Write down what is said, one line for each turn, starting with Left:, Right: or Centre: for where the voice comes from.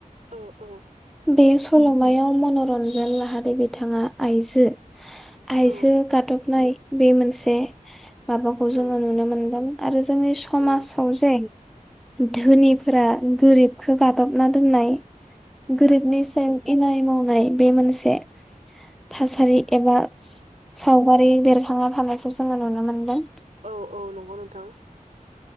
Right: औ औ
Centre: बे सल'मायाव मनरन्जन लाहारि बिथाङा आइजो आइजो
Right: औ
Centre: गादबनाय बे मोनसे माबाखौ
Right: औ
Centre: जोङो नुनो मोनदों आरो जोंनि समाजाव
Right: औ
Centre: जे धोनिफोरा गोरिबखौ गादबना दोननाय। गोरिब नि सायाव इनाय मावनाय बे मोनसे। थासारि एबा सावगारि बेरखांना थानायखौ जोङो नुनो मोनदों।
Right: औ औ नंगौ नोंथां।